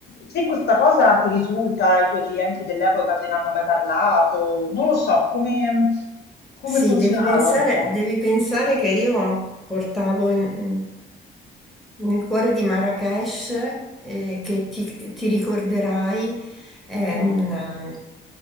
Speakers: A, on the left; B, in the centre.
A: Se questa cosa ti risulta, ai tuoi clienti dell'epoca te ne hanno mai parlato, non lo so, come, come
B: sì,
A: funzionava
B: devi pensare,
A: un po'?
B: devi pensare che io portavo in- Nel cuore di Marrakesh, eh, che ti, ti ricorderai, è
A: Sì,
B: un,